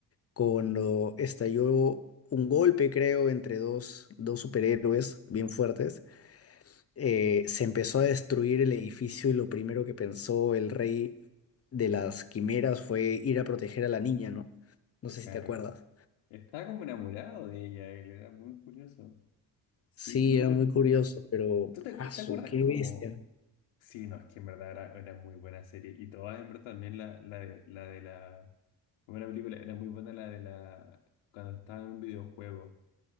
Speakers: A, on the left; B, on the left.
A: cuando estalló un golpe, creo, entre dos, dos superhéroes bien fuertes, eh, se empezó a destruir el edificio y lo primero que pensó el rey de las quimeras fue ir a proteger a la niña, ¿no? No sé si
B: Claro.
A: te acuerdas.
B: Estaba como enamorado de ella, él era muy curioso. Sí,
A: Sí,
B: pero no
A: era
B: me recuerdo.
A: muy curioso, pero
B: ¿Tú te,
A: ¡asu!
B: te acuerdas
A: ¡Qué
B: cómo?
A: bestia!
B: Sí, no, es que en verdad era, era muy buena serie. Y todas, en verdad, también la, la, de- la de la. Como era película, era muy buena la de la. Cuando estaba en un videojuego,